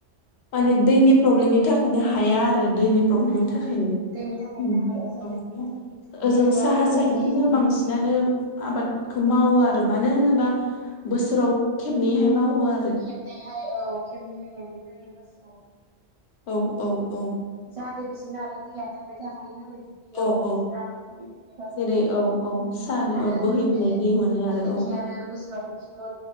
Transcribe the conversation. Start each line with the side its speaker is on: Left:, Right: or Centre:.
Left: माने दैनि प्रब्लेमनि
Right: जायो
Left: थाखायनो हाया आरो दैनि प्रब्लेमनि
Right: औ
Left: थाखायनो
Right: दैनि थाखायनो
Left: उम
Right: हाया जायो
Left: औव ओजों
Right: बेलेग
Left: साहा
Right: आरो इदि
Left: साइटखिजा बांसिनानो आबाद खौ मावो आरो मानो होनोबा बोसोराव खेबनैहाय मावो। आरो
Right: खेबनैहाय औव खेबनैहाय गायनाय जायो बोसोराव
Left: औव औव औव
Right: जाहाथे बिसोरनो आरो दैया थाबाय थाखायो नालाय। <unintelligible> दुब्लियाव
Left: औ औ
Right: बिसोर आरो खै खै गायनाय
Left: जेरै
Right: जायो
Left: औ औ साहानि
Right: आरो
Left: ओ बोहैबोनाय
Right: बेले
Left: दै मोनो
Right: बेले
Left: औ
Right: एखि आरो बोसोरा खनसे ल'